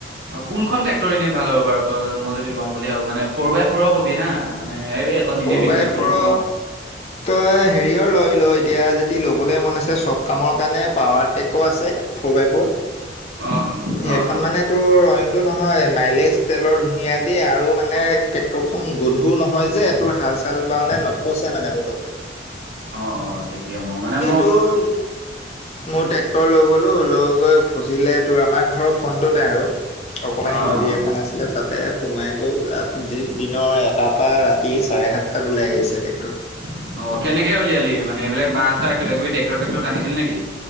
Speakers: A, on the right; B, on the left.
A: অ', কোনখন ট্ৰেক্টৰ এনেই ভাল হব বাৰু। ত' মই যদি লওঁ বুলি ভাবো মানে, ফ'ৰ বাই ফ'ৰ কবি হা মানে। এইখন
B: ফ'ৰ
A: এনেই মেনুৱেলখন
B: বাই ফৰ
A: নলওঁ
B: তই হেৰিৰ লয়। লৈ, এতিয়া যদি ল'বলে মন আছে চব কামৰ কাৰণে পাৱাৰ টে'কো আছে ফ'ৰ বাই ফ'ৰ।
A: অ'।
B: সেইখন
A: অ অ
B: মানে, তোৰ অইনটো নহয়। মাইলেজ তেলৰ ধুনীয়া দি, আৰু মানে। <unintelligible> খন গধুৰ নহয় যে, এইটো হাল চাল বাৱনে নফচে মানে পটকে।
A: অ, অ, তেতিয়া মই মানে মই।
B: তোৰ মোৰ ট্ৰেক্টৰ লৈ গ'লো, লৈ গৈ ফচিলে। তোৰ, আমাৰ ঘৰৰ ফোনটোতে আৰু। অকমানি
A: অ
B: নদী
A: অ
B: এখন আছিলে, তাতে সোমাই। গৈ <unintelligible> দিনৰ এটাৰ পৰা ৰাতি। চাৰে সাতটাত ওলাই
A: <unintelligible>
B: আহিছে ট্ৰেক্টৰ
A: অহ, কেনেকে উলিয়ালিব মানে এইবিলাক বাহ। চাহ কিবা কিবি, ডেক্তৰ চেক্তৰ টানিছিল নেকি।